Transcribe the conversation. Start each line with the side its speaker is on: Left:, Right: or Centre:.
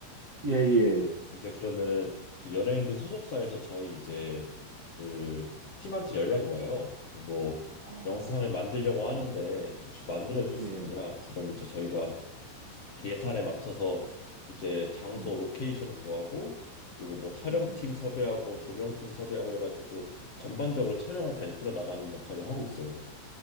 Right: 예, 예, 예.
Left: 이제 그러면은 그 연예인들 소속사에서 저희 이제 그 팀한테 연락이 와요. 뭐
Right: 아,
Left: 영상을 만들려고 하는데 혹시 만들어 줄 수
Right: 예,
Left: 있냐? 그럼 이제 저희가 그 예산에 맞춰서 이제 장소
Right: 네,
Left: 로케이션 구하고 그리고 뭐 촬영팀
Right: 음,
Left: 섭외하고 조명팀 섭외하고 해가지고 전반적으로
Right: 아,
Left: 촬영을 다 이끌어 나가는 역할을 하고 있어요.